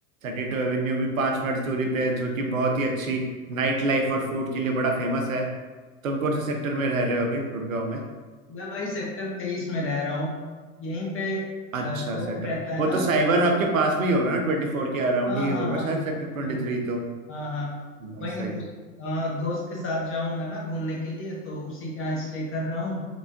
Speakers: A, on the right; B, on the left.
A: थर्टी टू एवेन्यू भी पाँच मिनट दूरी पे है जो कि बहुत ही अच्छी नाइट लाइफ और फूड के लिए बड़ा फेमस है तुम कौन से सेक्टर में रह रहे हो अभी गुड़गांव में
B: मैं भाई सेक्टर तेईस में रह रहा हूँ यहीं पे
A: अच्छा
B: अ, दोस्त
A: सेक्टर
B: रहता है
A: वो
B: ना
A: तो साइबर हब के पास में ही होगा ना ट्वेंटी फोर के अराउंड
B: हाँ
A: ही
B: हाँ
A: होगा
B: हाँ
A: शायद
B: हाँ एकदम।
A: सेक्टर ट्वेंटी थ्री तो
B: हाँ हाँ
A: हम्म,
B: वहीं
A: सही
B: उस हाँ दोस्त के साथ जाऊंगा ना घूमने के लिए तो उसी के यहाँ स्टे कर रहा हूँ